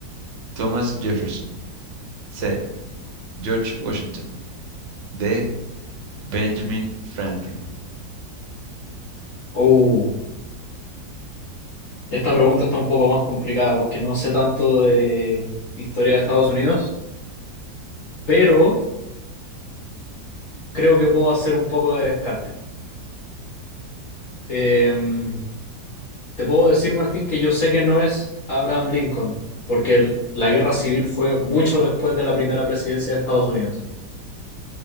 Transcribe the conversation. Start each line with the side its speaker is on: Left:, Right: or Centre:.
Right: Thomas Jefferson. C. George Washington. D. Benjamin Franklin.
Left: Uh, esta pregunta está un poco más complicada porque no sé tanto de historia de Estados Unidos, pero creo que puedo hacer un poco de descarte. Em, te puedo decir, Martín, que yo sé que no es Abraham Lincoln, porque el- la guerra civil fue mucho después de la primera presidencia de Estados Unidos.